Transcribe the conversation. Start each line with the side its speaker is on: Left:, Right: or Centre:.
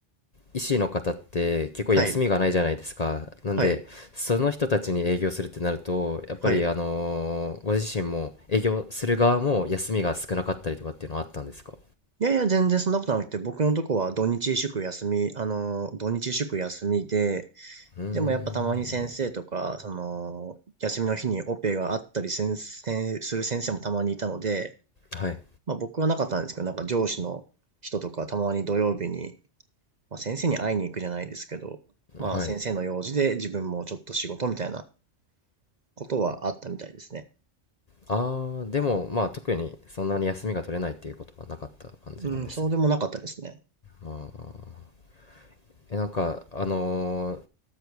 Left: 医師の方って結構休みがないじゃないですか。
Right: はい。
Left: なんで、
Right: はい。
Left: その人たちに営業するってなると、やっぱり、
Right: はい。
Left: あのーご自身も営業する側も休みが少なかったりとかっていうのはあったんですか
Right: いやいや、全然そんなことなくて、僕のとこは土日祝休み、あの、土日祝休みで、
Left: うーん、
Right: でもやっぱたまに先生とか、その、休みの日にオペがあったり先生、する先生もたまにいたので、
Left: はい、
Right: まあ僕はなかったんですけど、なんか上司の人とかたまに土曜日に、まあ先生に会いに行くじゃないですけど、まあ先生の用事で自分もちょっと仕事みたいな
Left: はい。
Right: ことはあったみたいですね。
Left: ああでもまあ特にそんなに休みが取れないっていうことはなかった感じなんですね
Right: うん、そうでもなかったですね。
Left: ああえなんかあのー